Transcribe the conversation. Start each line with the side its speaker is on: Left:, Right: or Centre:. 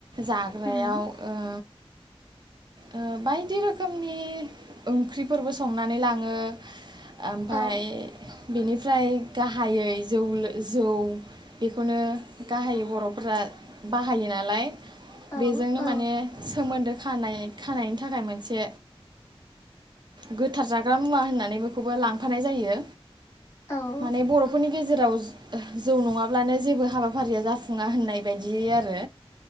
Right: जाग्रायाव
Left: उम
Right: ओ ओ बायदि रोखोमनि ओंख्रिफोरबो संनानै लाङो ओमफाय
Left: औ
Right: बेनिफ्राय गाहायै जौ जौ बेखौनो गाहायै बर'फोरा बाहायो नालाय
Left: औ
Right: बेजोंनो
Left: औ
Right: माने सोमोन्दो खानाय खानायनि थाखाय मोनसे गोथार जाग्रा मुवा होननानै बेखौबो लांफानाय जायो
Left: औ
Right: माने बर'फोरनि गेजे-' राव जौ नङाब्लानो जेबो हाबाफारिया जाफुङा होननाय बायदि आरो